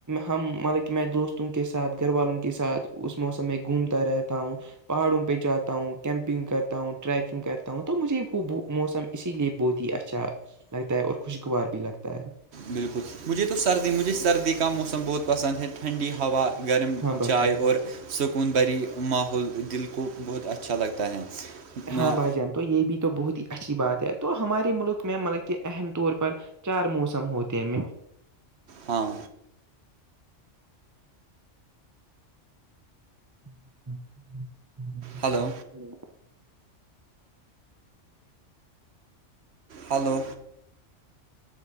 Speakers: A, on the right; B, on the right.
A: ہم ملب کہ میں دوستوں کے ساتھ گھر والوں کے ساتھ اس موسم میں گھومتا رہتا ہوں پہاڑوں پہ جاتا ہوں کیمپنگ کرتا ہوں ٹریکنگ کرتا ہوں تو مجھے وہ موسم اسی لیے بہت ہی اچھا لگتا ہے اور خوشگوار بھی لگتا ہے
B: بالکل مجھے تو سردی مجھے سردی کا موسم بہت پسند ہے ٹھنڈی ہوا گرم
A: ہاں بھائی
B: چائے
A: جان
B: اور سکون بری ماحول دل کو بہت اچھا لگتا ہے میں
A: ہاں بھائی جان تو یہ بھی تو بہت ہی اچھی بات ہے تو ہمارے ملک میں مطلب کہ اہم طور پر چار موسم ہوتے ہیں
B: ہاں
A: اچ
B: ہلو
A: ہلو
B: ہلو